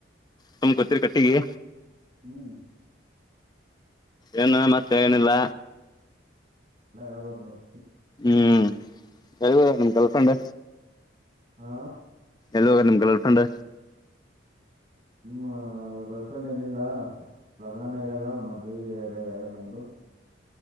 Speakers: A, on the left; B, on the right.
A: ತಮ್ ಕೊತ್ತರಿ ಕಟ್ಟಿಗೆ
B: ಹ್ಮ್
A: ಏನು ಮತ್ತೆ ಏನಿಲ್ಲ
B: ಎಲ್ಲಾ ಹೇಳ್ಬ ನವು
A: ಹ್ಮ್ ಎಲ್ಲಿ ನಿಮ್ ಗರ್ಲ್ಫ್ರೆಂಡ್
B: ಹಾ
A: ಎಲ್ಲ ಹೋಗಿದರೆ ನಿಮ್ ಗರ್ಲ್ಫ್ರೆಂಡ್
B: ಹ ಗಲ್ಫ್ರಂಡ್ ಏನಿಲ್ಲ ಲಗ್ನನ ಆಗ್ಯದ ಮದ್ವೆಗ ಆಗಾದ್ ನಮ್ದು